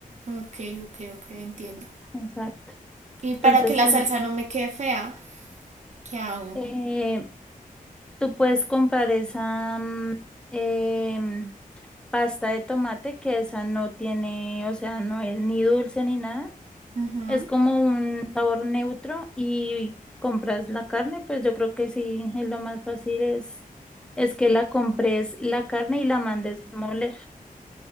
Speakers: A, on the right (about 50°); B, in the centre.
A: ok, ok, ok, entiendo.
B: Exacto.
A: Y
B: Entonces,
A: para que la
B: ten-
A: salsa no me quede fea, ¿qué hago?
B: eh, tú puedes comprar esa mm, em, pasta de tomate que esa no tiene, o sea, no es ni dulce ni nada
A: Ujú,
B: Es como un sabor neutro y compras la carne, pues yo creo que sí, es lo más fácil es, es que la compres la carne y la mandes moler,